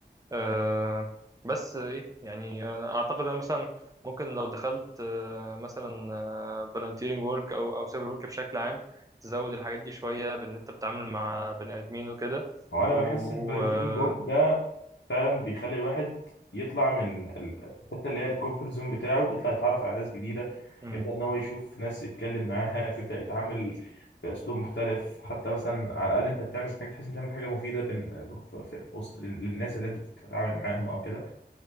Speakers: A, on the right; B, on the left.
A: آه بس ايه يعني آه، اعتقد ان مثلا ممكن لو دخلت آه مثلا آه فالنتيرنج ورك او او سيفل ورك بشكل عام تزود الحاجات دي شويه بان انت بتتعامل مع بني ادمين وكده
B: هو انا
A: و
B: بحس الفولنتيرنج
A: آه،
B: ورك ده فعلا بيخلي الواحد يطلع من ال- الحته اللي هي الكومفورت زون بتاعه بيطلع يتعرف على ناس جديده
A: مم.
B: يبدا ان هو يشوف ناس يتكلم معاها بيبدا يتعامل باسلوب مختلف حتى مثلا على الاقل انت بتعمل حاجه تحس انت بتعمل حاجه مفيده بين في, في في وسط الناس اللي انت بتتعامل معاهم او كده